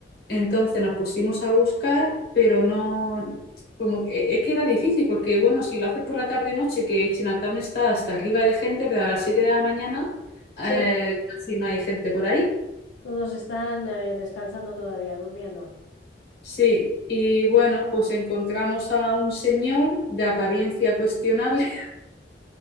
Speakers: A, on the left (about 55°); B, on the left (about 85°).
A: Entonces nos pusimos a buscar, pero no, como que- es que era difícil, porque bueno, si lo haces por la tarde-noche, que Chinatown está hasta arriba de gente, pero a las 7 de la mañana eh,
B: Sí,
A: casi no hay gente por ahí.
B: todos están eh, descansando todavía, durmiendo.
A: Sí, y bueno, pues encontramos a un señor de apariencia cuestionable,